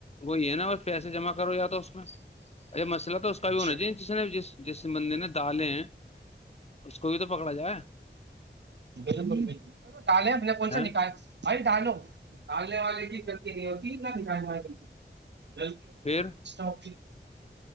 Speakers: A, on the left; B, on the right.
A: وہی یہ ہے نا ب پیسے جمع کرو جاتا اس میں ار مسئلہ تو اس کا بھی
B: اچھا
A: ہونا چاہیے جس نے جس جس مندر نے دالے ہیں اس کو بھی تو پکڑا جائے
B: بالکل بالکل ڈالیں اپنے کون سےا
A: ہیں
B: نکال بھائی ڈالو ڈالنے والے کی کرتی نہیں ہوتی نہیں م ت
A: پھر
B: اس <inaudible> آ د <inaudible>